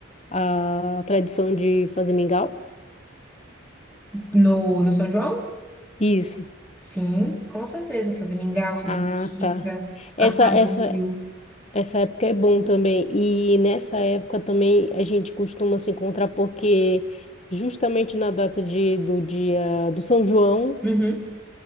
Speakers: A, on the left; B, in the centre.
A: a, a tradição de fazer mingau?
B: No, no São João?
A: Isso.
B: Sim, com certeza. Fazer mingau, fazer
A: Ah,
B: canjica,
A: tá. Essa,
B: assar
A: essa,
B: milho.
A: Essa época é bom também. E nessa época também a gente costuma se encontrar porque justamente na data de, do dia do São João
B: Uhum.